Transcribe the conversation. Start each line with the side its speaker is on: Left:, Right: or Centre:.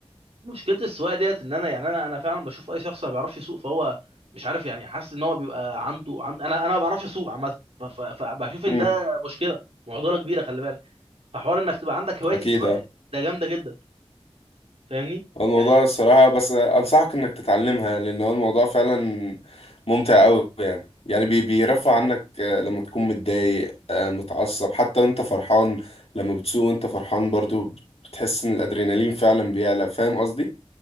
Right: مشكله السواقه ديت ان انا يعني انا انا فعلا بشوف اي شخص ما بيعرفش يسوق فهو مش عارف يعني حاسس ان هو بيبقى عنده عن... انا انا ما بعرفش اسوق عامه ف- ف- فبشوف ان
Left: امم
Right: ده مشكله معضله كبيره خلي بالك فحوار انك تبقى عندك هوايه
Left: اكيد
Right: السواقه
Left: آه.
Right: دي، ده جامده جدا فاهمني
Left: الموضوع
Right: يعني
Left: الصراحة بس أنصحك إنك تتعلمها لأن هو الموضوع فعلا ممتع أوي يعني يعني بي بيرفع عنك آه، لما تكون متضايق آه، متعصب حتى وأنت فرحان لما بتسوق وأنت فرحان برضو بتحس إن الأدرينالين فعلا بيعلى فاهم قصدي؟